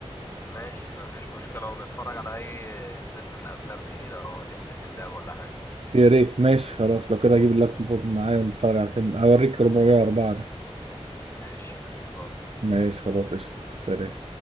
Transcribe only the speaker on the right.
يا ريت ماشي خلاص لو كده اجيب اللابتوب معايا ونتفرج على فيلم اوريك 404 ده
ماشي خلاص قشطه سلام